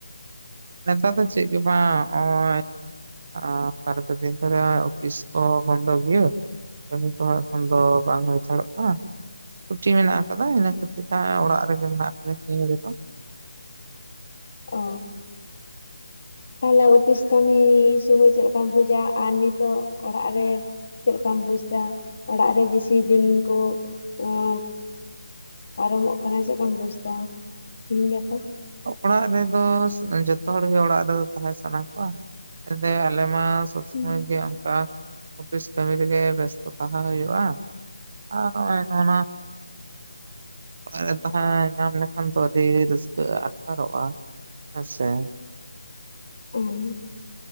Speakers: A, on the right; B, on the left.
A: ᱱᱮᱛᱟᱨ ᱫᱚ ᱪᱮᱜ ᱜᱮ ᱵᱟᱝ ᱦᱚᱸᱜ-ᱚᱭ᱾ ᱟᱸ, ᱵᱟᱨ ᱯᱮ ᱫᱤᱱ ᱫᱷᱚᱨᱮ ᱦᱚᱸᱜ-ᱚᱭ ᱚᱯᱷᱤᱥ ᱠᱚ ᱵᱚᱱᱫᱚ ᱜᱮᱭᱟ᱾ ᱠᱟᱹᱢᱤ ᱠᱚᱦᱚᱸ ᱮᱠᱷᱚᱱ ᱫᱚ ᱵᱟᱝ ᱦᱩᱭ ᱛᱟᱲᱚᱜ ᱠᱟᱱᱟ᱾ ᱪᱷᱩᱴᱤ ᱢᱮᱱᱟᱜ ᱟᱠᱟᱫᱟ ᱤᱱᱟᱹ ᱠᱷᱟᱹᱛᱤᱨ ᱛᱮ ᱦᱚᱸᱜ-ᱚᱭ ᱚᱲᱟᱜ ᱨᱮᱜᱮ ᱢᱮᱱᱟᱜ ᱠᱟᱫᱤᱧ ᱛᱤᱦᱤᱧ ᱜᱟᱯᱟ᱾
B: <inaudible> ᱚ᱾ ᱛᱟᱦᱞᱮ ᱚᱯᱷᱤᱥ ᱠᱟᱹᱢᱤ ᱥᱚᱢᱚᱭ ᱪᱮᱫ ᱞᱮᱠᱟᱢ ᱵᱩᱡᱟ? ᱟᱨ ᱱᱤᱛᱚᱜ ᱚᱲᱟᱜ ᱨᱮ ᱪᱮᱫ ᱞᱮᱠᱟᱢ ᱵᱩᱡᱫᱟ ᱚᱲᱟᱜ ᱨᱮ ᱵᱮᱥᱤ ᱫᱤᱱ ᱠᱚ ᱮᱸ ᱯᱟᱨᱚᱢᱚᱜ ᱠᱟᱱᱟ ᱪᱮᱫ ᱞᱮᱠᱟᱢ ᱵᱩᱡᱽᱫᱟ ᱛᱤᱦᱤᱧ ᱜᱟᱯᱟ?
A: ᱚᱲᱟᱜ ᱨᱮᱫᱚ ᱡᱚᱛᱚ ᱦᱚᱲᱜᱮ ᱚᱲᱟᱜ ᱨᱮᱫᱚ ᱛᱟᱦᱮᱸ ᱥᱟᱱᱟ ᱠᱚᱣᱟ᱾ ᱮᱱᱛᱮ ᱟᱞᱮ ᱢᱟ ᱥᱚᱛ ᱥᱚᱢᱚᱭ
B: ᱦᱩᱸ
A: ᱜᱮ ᱚᱝᱠᱟ ᱚᱯᱷᱤᱥ ᱠᱟᱹᱢᱤ ᱨᱮᱜᱮ ᱵᱮᱥᱛᱚ ᱛᱟᱦᱮᱸ ᱦᱩᱭᱩᱜ-ᱟ᱾ ᱟᱨ ᱦᱚᱸᱜ-ᱚᱭ ᱱᱚᱜ-ᱚ ᱱᱚᱣᱟ᱾ ᱚ, ᱛᱟᱦᱞᱮ ᱧᱟᱢ ᱞᱮᱠᱷᱟᱱ ᱫᱚ ᱟᱹᱰᱤ ᱨᱟᱹᱠᱟᱹ᱾ ᱜᱮ ᱟᱴᱠᱟᱨᱚᱜ-ᱟ᱾ ᱦᱮᱸ ᱥᱮ᱾
B: ᱩᱸ,